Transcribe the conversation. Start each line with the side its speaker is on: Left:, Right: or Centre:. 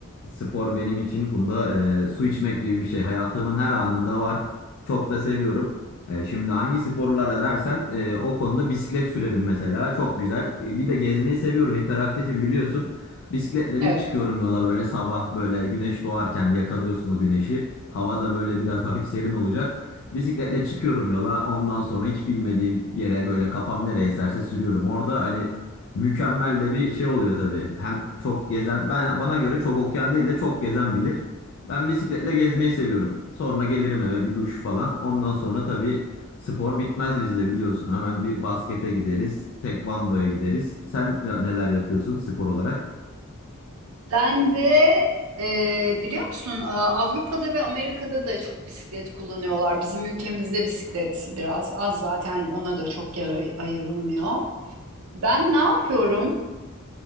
Left: Spor benim için Funda e, su içmek gibi bir şey. Hayatımın her anında var. Çok da seviyorum. E, şimdi hangi sporlara dersen e, o konuda bisiklet sürerim mesela. Çok güzel. E, bir de gezmeyi seviyorum. Hiperaktifim biliyorsun. Bisikletle
Right: Evet.
Left: bir çıkıyorum yola böyle sabah böyle güneş doğarken yakalıyorsun o güneşi. Hava da böyle biraz <laughs> hafif serin olacak. Bisikletle çıkıyorum yola. Ondan sonra hiç bilmediğim yere böyle kafam nereye eserse sürüyorum. Orada hani Mükemmel de bir şey oluyor tabii. Hem çok gezen, ben bana göre çok okuyan değil de çok gezen bilir. Ben bisikletle gezmeyi seviyorum. Sonra gelirim eve bir duş falan. Ondan sonra tabii spor bitmez bizde biliyorsun. Hemen bir baskete gideriz, tekvandoya gideriz. Sen ya- neler yapıyorsun spor olarak?
Right: Ben de e, biliyor musun e, Avrupa'da ve Amerika'da da çok bisiklet kullanıyorlar. Bizim ülkemizde bisiklet biraz az zaten ona da çok yer ay- ayrılmıyor. Ben ne yapıyorum?